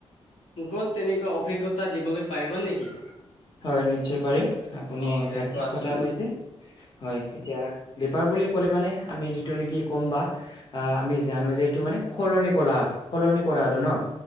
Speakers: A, on the left; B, on the left.
A: মোকো তেনেকুৱা অভিজ্ঞতা দিবলৈ পাৰিব নেকি?
B: হয় নিশ্চয় পাৰিম আপুনি
A: অ' দে কোৱাচোন
B: ঠিক কথা কৈছে হয় এতিয়া। বেপাৰ বুলি ক'লে, মানে আমি যিটো নেকি ক'ম বা। আহ আমি জানো যে এইটো মানে সলনি কৰালা সলনি কৰা আৰু ন।